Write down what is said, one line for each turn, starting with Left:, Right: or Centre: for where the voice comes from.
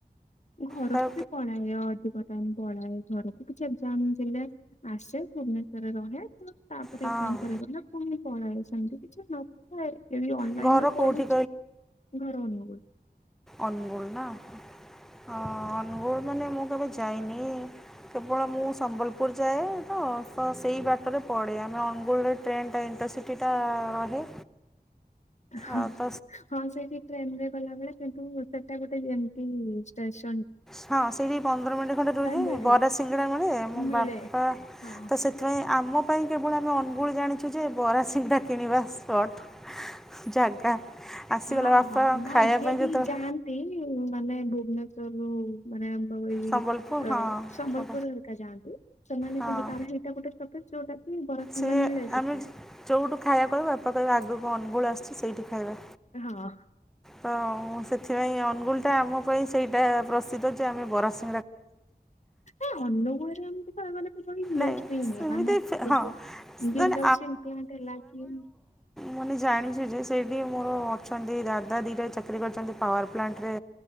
Left: ଘରକୁ
Centre: ତ
Left: ବି ପଳାଏ ଅଧିକ ଟାଇମ୍ ପଳାଏ। ଘରକୁ କିଛି ଏଗଜାମ୍ ଦେଲେ ଆସେ ଭୁବନେଶ୍ଵରରେ ରହେ ତ ତାପରେ
Centre: ହଁ।
Left: ଏଗଜାମ୍ ସରିଗଲେ ପୁଣି ପଳାଏ ସେମିତି କିଛି ନଥାଏ। ଏବେ ଅନଲାଇନରୁୁ
Centre: ଘର କୋଉଠି
Left: ପଢୁଛି ଘର ଅନୁଗୁଳ।
Centre: ଅନଗୁଳ ନା ହଁ ନୁଗୁଳ ମାନେ ମୁଁ କେବେ ଯାଇନି କେବଳ ମୁଁ ସମ୍ବଲପୁର ଯାଏ ତ ସ ସେଇ ବାଟରେ ପଡ଼େ ଆମେ ଅନୁଗୁଳରେ ଟ୍ରେନ ଟା ଇଣ୍ଟରସିଟି ଟା ରହେ।
Left: ହଁ
Centre: ଆଉ ତ
Left: ହଁ ସେଇଠି ଟ୍ରେନ ରେ ଗଲାବେଳେ କିନ୍ତୁ ସେଟା ଗୋଟେ ଏମତି ଷ୍ଟେଚ
Centre: ହଁ ସେଇଠି ପନ୍ଦର ମିନିଟ ଖଣ୍ଡେ ରୁହେ
Left: ମିଳେ
Centre: ବରା ସିଙ୍ଗଡା ମିଳେ ମୋ
Left: ମିଳେ
Centre: ବାପା
Left: ହଁ।
Centre: ତ ସେଥିପାଇଁ ଆମ ପାଇଁ କେବଳ ଆମେ ଅନୁଗୁଳ ଜାଣିଛୁ ଯେ ବରା ସିଙ୍ଗଡ଼ା କିଣିବା ସ୍ପର୍ଟ। ଜାଗା। ଆସିଗଲା
Left: ହଁ
Centre: ବାପା
Left: ହଁ ନାଇଁ
Centre: ଖାଇବା
Left: ଯିଏ
Centre: ପାଇଁ ଯେତେବେଳେ
Left: ବି ଯାଆନ୍ତି ମାନେ ଭୁବନେଶ୍ଵରରୁୁ ମାନେ ଆଉ ଏଇ
Centre: ସମ୍ବଲପୁର
Left: ଅ ସମ୍ବଲପୁର
Centre: ହଁ
Left: ହେରିକା ଯାଆନ୍ତି ସେମାନେ
Centre: ହଁ
Left: କିନ୍ତୁ ତାର ଏଇଟା ଗୋଟେ ଷ୍ଟପେଜ୍ ଯୋଉଟା କି ବରା ସିଙ୍ଗଡା
Centre: ସେ
Left: ମିଳେ ସେଠି।
Centre: ଆମେ ଯୋଉଠୁ ଖାଇବା କହିବୁ ବାପା କହିବେ ଆଗକୁ ଅନୁଗୁଳ ଆସୁଛି। ସେଇଠି ଖାଇବା।
Left: ହଁ
Centre: ତ ସେଥିପାଇଁ ଅନୁଗୁଳ ଟା ଆମ ପାଇଁ ସେଇଟା ପ୍ରସିଦ୍ଧ ଯେ ଆମେ ବରା ସି
Left: ଏ ଅନୁଗୁଳରେ ଏମିତି ତ ମାନେ ଏତେ ବଡ ଇଣ୍ଡଷ୍ଟ୍ରି
Centre: ନାଇଁ
Left: ନୁହେଁ
Centre: ସେମିତି
Left: ମାନେ
Centre: ହଁ
Left: ଏଇ ଯୋଉ
Centre: ମାନେ
Left: ଜିନ୍ଦଲ ଷ୍ଟିଲ ପ୍ଲାଣ୍ଟ ହେଲା କି
Centre: ମୁଁ ବି ଜାଣିଛି ଯେ ସେଇଠି ମୋର ଅଛନ୍ତି ଦାଦା ଦିଇଟା ଚାକିରି କରିଛନ୍ତି ପାୱାର ପ୍ଲାଣ୍ଟରେ।